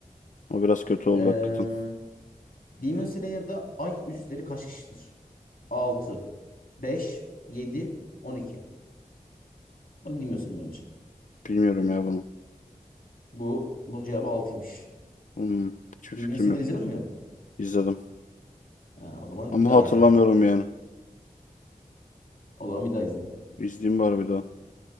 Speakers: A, on the left; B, on the left.
A: O biraz kötü oldu
B: Ee,
A: hakikaten.
B: Demon Slayer'da ay üstleri kaç kişidir? 6, 5, 7, 12. Bunu bilmiyorsun bence.
A: Bilmiyorum ya bunu.
B: Bu bunun cevabı altıymış.
A: Hmm, hiçbir
B: Demon
A: fikrim
B: Slayer
A: yoktu.
B: izledin mi? ya?
A: İzledim.
B: Ha, o zaman
A: Ama
B: bir daha
A: hatırlamıyorum
B: izle.
A: yani.
B: O zaman bir daha izle.
A: İzleyeyim bari bir daha.